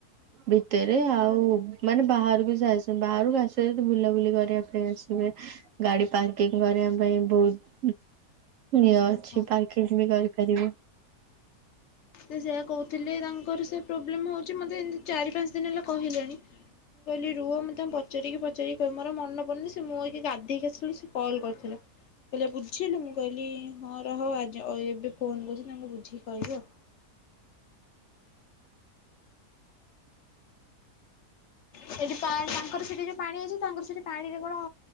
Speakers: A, on the right; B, on the left.
A: ଭିତରେ ଆଉ ମାନେ ବାହାରୁକୁ ସେ ଆସୁ ବାହାରୁକୁ ଆସିବେ ଯଦି ବୁଲାବୁଲି କରିବା ପାଇଁ ଆସିବେ। ଗାଡି ପାର୍କିଂ କରିବା ପାଇଁ। ବହୁତ ଇଏ ଅଛି
B: ଓହୋ।
A: ପାର୍କିଂ ବି କରିପାରିବି।
B: ସେ ସେୟା କହୁଥିଲେ ତାଙ୍କର ସେ ପ୍ରୋବ୍ଲେମ ହଉଛି ମୋତେ ଏମିତି ଚାରି ପାଞ୍ଚ ଦିନ ହେଲା କହିଲେଣି। ମୁଁ କହିଲି ରୁହ ମୁଁ ତାଙ୍କୁ ପଚାରିକି ପଚାରିକି କହିବି ମୋର ଆଉ ମନେ ପଡୁନି ସେ ମୁଁ ଅଇଖା ଗାଧେଇକି ଆସି ବେଳୁ ସେ କଲ କରିଥିଲା। କହିଲା ବୁଝିଲୁ ମୁଁ କହିଲି ହଁ ରହ ଆଜି ଏବେ ଫୋନ୍ କରୁଛି ତାଙ୍କୁ ବୁଝିକି କହିବି ଆଉ। ସେଠି ପାଣି ତାଙ୍କର ସେଠି ଯୋଉ ପାଣି ଅଛି ତାଙ୍କର ସେଠି ପାଣିରେ କଣ